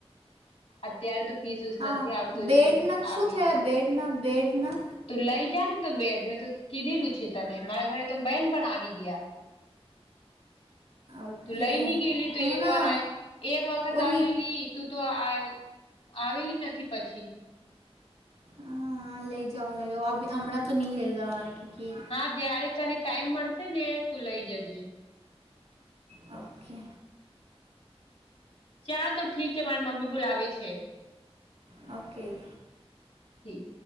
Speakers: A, on the left; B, on the right.
A: અત્યારે તો પીસસ નથી
B: હા
A: આવતો છે
B: બેડના
A: આવીશ
B: શું થયા બેડના બેડના
A: તું લઈ જા ને તો બેડ મેં તો કીધેલું છે તને મારા ઘરે તો બહેન પણ આવી ગયા
B: ઓકે
A: તું લઈ ની ગેલી તો
B: હું
A: એક
B: ના
A: વાર આ એક વખત
B: ઓ
A: આવેલી
B: ની
A: તું તો આ આવેલી નથી પછી
B: હા લઈ જાઓ લઇ જાઓ હમણાં તો નહી લઈ જાઓ આ
A: હા જય્યારે તને ટાઈમ મળશે ને તું લઇ જજે.
B: ઓકે.
A: ચાલ તો ઠીક છે મારી મમ્મી બોલાવે છે.
B: ઓકે.
A: ઠીક.